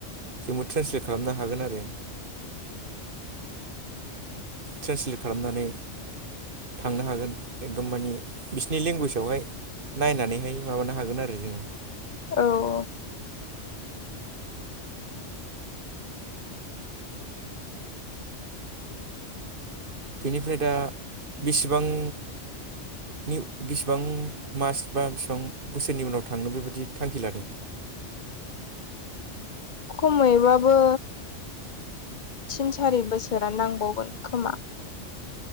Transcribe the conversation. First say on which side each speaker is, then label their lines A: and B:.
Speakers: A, on the right; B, on the left.
A: जोंबो ट्रेन्सलेट खालामनो हागोन आरो। ट्रेन्सलेट खालामनानै थांनो हागोन एकदम मानि बिसिनि लेंगुवेजावहाय नायनानैहाय माबानो हागोन आरो जोङो।
B: औ औ।
A: बिनिफ्राय दा बिसेबां नि बिसेबां मास बा बिसिबां बोसोरनि उनाव थांनो बेबादि थांखि लादों।
B: खमैबाबो थिन सारि बोसोरा नांबावगोन खोमा।